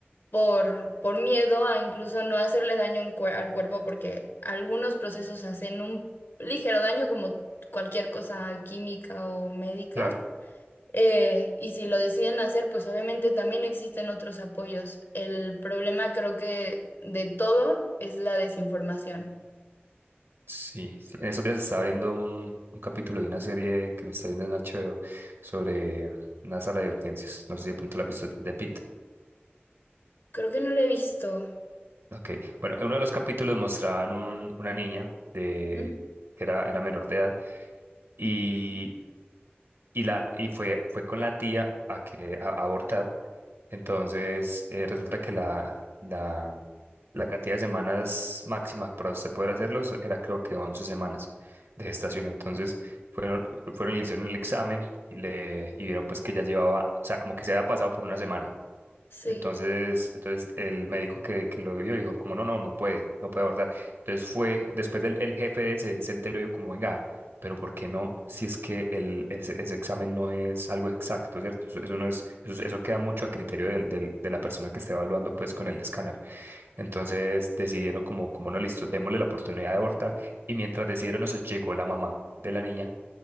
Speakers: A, on the left; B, on the right.
A: por, por miedo a incluso no hacerle daño en cuer- al cuerpo, porque algunos procesos hacen un ligero daño, como cualquier cosa química o médica.
B: Claro,
A: Eh, y si lo deciden hacer, pues obviamente también existen otros apoyos. El problema creo que de todo es la desinformación.
B: sí, sí. En esos días estaba viendo un, un capítulo de una serie que me está viendo en HBO sobre una sala de urgencias. No sé si de pronto la has visto, de Pitt.
A: Creo que no lo he visto.
B: Ok, bueno, en uno de los capítulos mostraban un- una niña de,
A: Ujú.
B: que era, era menor de edad y, y, la, y fue, fue con la tía a, que, a a abortar Entonces, eh, resulta que la, la, la cantidad de semanas máxima para usted poder hacerlo so- era creo que 11 semanas de gestación. Entonces, fueron, fueron y le hicieron el examen y, le, y vieron pues que ya llevaba, o sea, como que se había pasado por una semana.
A: Sí.
B: Entonces, entonces el médico que, que lo vio dijo, como no, no, no puede, no puede abortar. Entonces fue, después del el jefe de él se, se enteró y dijo, como venga, pero ¿por qué no? Si es que el, el, ese ese examen no es algo exacto, ¿cierto? Eso, eso no es, eso, eso queda mucho a criterio del, del- de la persona que esté evaluando pues con el escáner. Entonces decidieron como, como no, listo, démosle la oportunidad de abortar. Y mientras decidieron eso, llegó la mamá de la niña